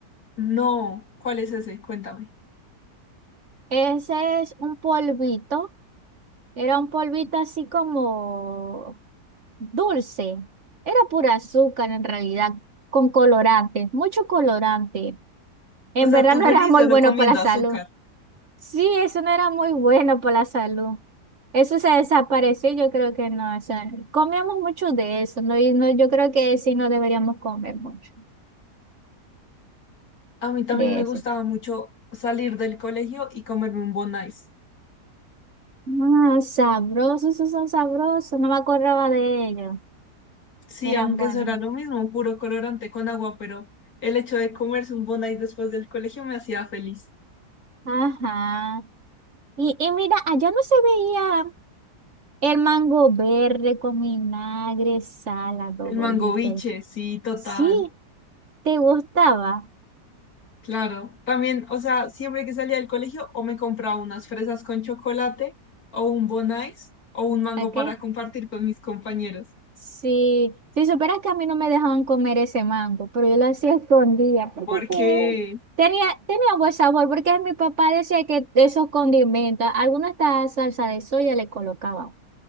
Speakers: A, on the left; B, on the right.
A: no, ¿cuál es ese? Cuéntame.
B: Ese es un polvito. Era un polvito así como dulce. Era pura azúcar en realidad, con colorante, mucho colorante. En
A: O sea,
B: verdad
A: tú
B: no
A: feliz
B: era muy
A: solo
B: bueno
A: comiendo
B: para la salud.
A: azúcar.
B: Sí, eso no era muy bueno para la salud. Eso se desapareció, yo creo que no. O sea, comíamos mucho de eso, ¿no? Y no, yo creo que sí no deberíamos comer mucho
A: A mí también
B: de
A: me
B: eso.
A: gustaba mucho salir del colegio y comerme un Bon Ice.
B: Ah, sabrosos, esos son sabrosos. No me acordaba de ellos.
A: Sí,
B: Eran
A: aunque
B: buenos.
A: eso era lo mismo, puro colorante con agua, pero el hecho de comerse un Bon Ice después del colegio me hacía feliz.
B: Ajá. Y, y mira, allá no se veía el mango verde con vinagre, sal, adobollito.
A: El mango biche, sí, total.
B: Sí, ¿te gustaba?
A: Claro. También, o sea, siempre que salía del colegio o me compraba unas fresas con chocolate o un Bon Ice o un mango
B: ¿A qué?
A: para compartir con mis compañeros.
B: Sí. Si supieras que a mí no me dejaban comer ese mango, pero yo lo hacía escondida porque
A: Porque
B: que- tenía, tenía buen sabor, porque mi papá decía que esos condimentos, alguna hasta salsa de soya le colocaba.